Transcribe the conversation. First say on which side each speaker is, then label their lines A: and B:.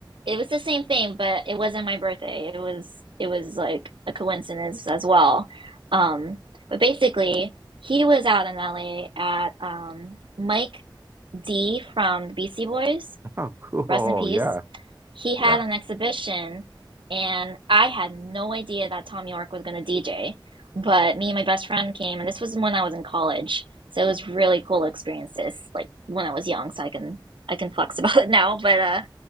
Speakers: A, on the right; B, on the right.
A: It was the same thing, but it wasn't my birthday. It was it was like a coincidence as well. Um, but basically, he was out in LA at um, Mike D from the Beastie Boys,
B: Oh, cool.
A: rest in peace.
B: Yeah.
A: he had
B: Yeah.
A: an exhibition and I had no idea that Tom York was going to DJ. But me and my best friend came, and this was when I was in college, so it was really cool experiences. Like when I was young, so I can I can flex <laughs> about it now. But uh,